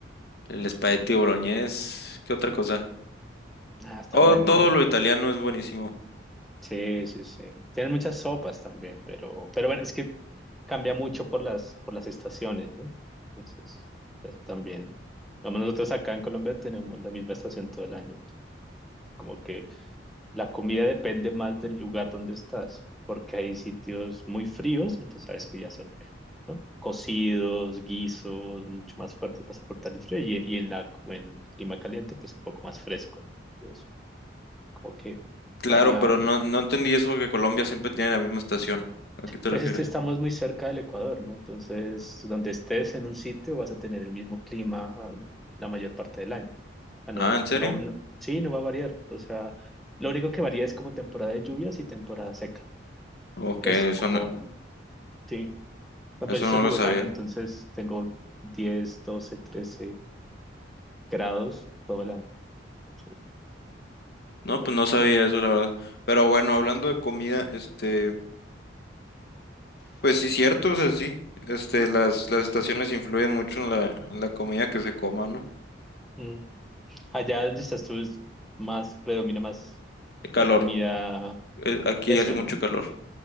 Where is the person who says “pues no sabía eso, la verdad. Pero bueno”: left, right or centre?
Left